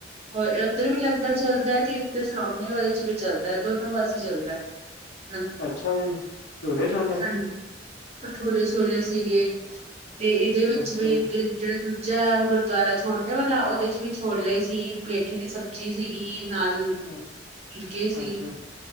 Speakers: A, on the right; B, on the left.
A: ਹੋਰ ਇੱਧਰ ਵੀ ਲੰਗਰ ਚੱਲਦਾ ਹੈ। ਤੇ ਇੱਧਰ ਸਾਹਮਣੇ ਵਾਲੇ ਚ ਵੀ ਚੱਲਦਾ ਹੈ ਦੋਨੋ ਪਾਸੇ ਚੱਲਦਾ। <inaudible>
B: ਅੱਛਾ, ਜੀ। ਭਠੂਰੇ ਛੋਲੇ।
A: ਹਾਂਜੀ। ਭਠੂਰੇ- ਛੋਲੇ ਸੀਗੇ। ਤੇ, ਇਹਦੇ ਵਿੱਚ
B: ਅੱਛਾ
A: ਵੀ,
B: ਜੀ,
A: ਦਿ ਜਿਹੜਾ ਦੂਜਾ ਗੁਰਦੁਆਰਾ, ਛੋਟੇ ਵਾਲਾ, ਉਹਦੇ ਚ ਵੀ ਛੋਲੇ ਸੀ। ਪੇਠੇ ਦੀ ਸਬਜ਼ੀ ਸੀਗੀ। ਨਾਲ ਫੁਲਕੇ
B: ਅੱਛਾ,
A: ਸੀ,
B: ਅੱਛਾ,